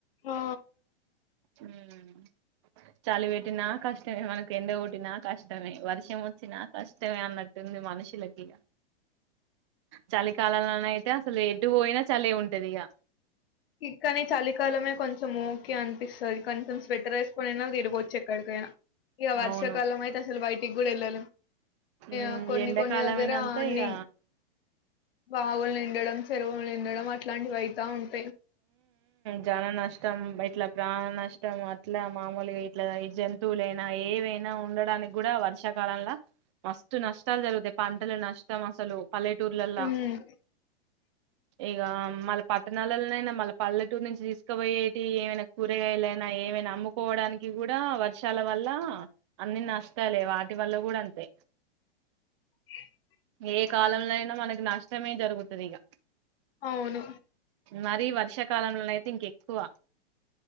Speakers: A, on the left; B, on the right.
A: ఆ
B: మ్మ్ చలి పెట్టినా కష్టమే మనకి ఎంత నా కష్టమే వర్షం వచ్చినా కష్టమే అన్నట్టుంది మనుషులకి చలికాలంలోన అయితే అసలు ఎటు పోయినా చలే ఉంటది ఇగ
A: ఇకాని చాలికాలం కొంచెం ఓకే అనిపిస్తుంది కొంచెం స్వెట్టర్ వేసుకొనినా తిరగవచ్చు ఎక్కడికైనా ఇ వార్షికాలాం
B: అవును
A: అయితే అసలు బయట దగులు ఎల్
B: మ్మ్
A: ఆ కొన్ని
B: ఎండాకాలమైనంత
A: కొన్ని దగ్గర అన్ని
B: ఇగ
A: బావులు నిండడం చెరువులు నిండడం అ వయితా ఉంట
B: జన నష్టం, ఇట్ల ప్రాణ నష్టం, అట్ల మామలుగ ఇట్ల ఈ జంతువులై నా ఏవైనా ఉండడానికి గుడ వర్షా కాలంలో మస్తు నష్టాలు జరుగుతయి. పాణ నష్టం అసలు పల్లెటూర్లల్ల
A: ఉమ్
B: ఇగా మళ్ళ పట్టణాలలో నైనా మనం పల్లెటూరు నుంచి తీసుకుబొయేటి, ఏమైన కూరగాయలైన ఏమైన అమ్ముకోవడానికి గుడా వర్షం షాల వల్లా అన్ని నష్టాలె. వాటి వల్ల గుడా అంతే!
A: <unintelligible>
B: ఏ కాలంలో అయినా మనకి నష్టమే జరుగుతది ఇగ.
A: అవును
B: మరీ వర్షాకాలంలో నయితె ఇంక ఎక్కువ.